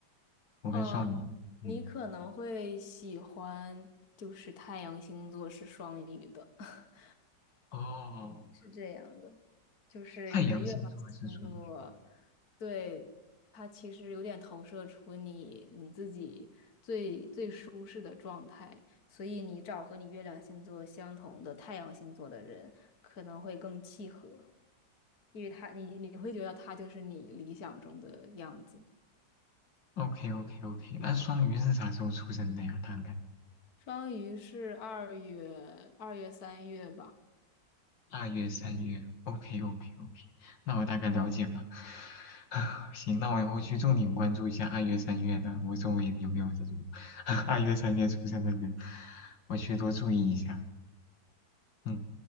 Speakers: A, on the left; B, on the left.
A: 我跟双鱼，
B: 呃，
A: 嗯，嗯
B: 你可能会喜欢，就是太阳星座是双鱼的，<laughs>
A: 哦。
B: 是这样的，就是你的月亮星座，
A: 太阳星座是双鱼。
B: 对，它其实有点投射出你你自己最最舒适的状态，所以你找和你月亮星座相同的太阳星座的人可能会更契合，因为他你你会觉得他就是你理想中的样子。
A: OK OK OK，那双鱼是啥时候出生的呀？大概
B: 双鱼是二月二月三月吧。
A: 二月、三月。OK OK OK，那我大概了解了。<laughs> <sighs> 行，那我以后去重点关注一下二月、三月的，我周围有没有这种 <laughs> 二月、三月出生的人，我去多注意一下。嗯，